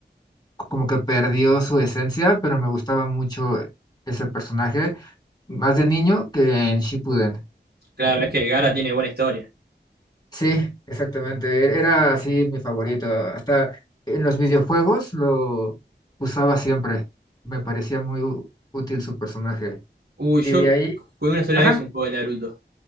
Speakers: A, on the left; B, on the right.
A: como que perdió su esencia, pero me gustaba mucho ese personaje, más de niño que en Shippuden.
B: Claro,
A: Eh,
B: es que Gara
A: eh,
B: tiene buena historia.
A: sí, exactamente, e-, era así mi favorito, hasta en los videojuegos lo usaba siempre, me parecía muy ú- útil su personaje.
B: Uy, yo
A: Y de ahí,
B: jugué una sola
A: ajá,
B: vez un juego de Naruto.